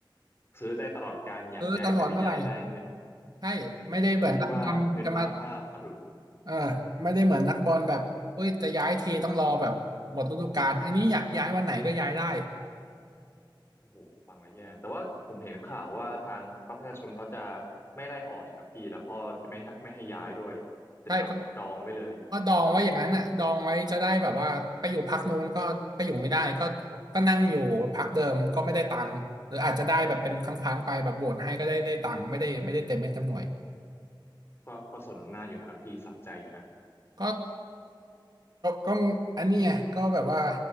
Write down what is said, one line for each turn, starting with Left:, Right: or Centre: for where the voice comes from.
Left: ซื้อได้ตลอดการอยากย้ายเมื่อไหร่ก็ย้ายได้เงิน
Right: ซื้อตลอดเมื่อไหร่ใช่ไม่ได้แบบนักดำจะมา
Left: อยู่ที่ว่าเงินมาผ้าหลุด
Right: เออไม่ได้เหมือนนักบอลแบบเอ้ยจะย้ายทีต้องรอแบบหมดฤดูกาลอันนี้อยากย้ายวันไหนก็ย้ายได้
Left: โอ้โหฟังแล้วแย่แต่ว่าผมเห็นข่าวว่าทางพรรคประชาชนเขาจะไม่ไล่ออกเนี่ยครับพี่แล้วก็จะไม่ให้ไม่ให้ย้ายด้วยจะจับดองไว้เลย
Right: ใช่ก็ก็ดองไว้อย่างนั้นอ่ะดองไว้จะได้แบบว่าไปอยู่พักนู้นก็ไปอยู่ไม่ได้ก็ก็นั่งอยู่พักเดิมก็ไม่ได้ตังค์หรืออาจจะได้แบบเป็นครั้งๆไปแบบโหวตให้ก็ได้ได้ตังค์ไม่ได้ไม่ได้เต็มเม็ดเต็มหน่วย
Left: ก็ก็สมน้ำหน้าอยู่นะครับพี่สะใจอยู่นะ
Right: ก็ก็อันนี้ไงก็แบบว่า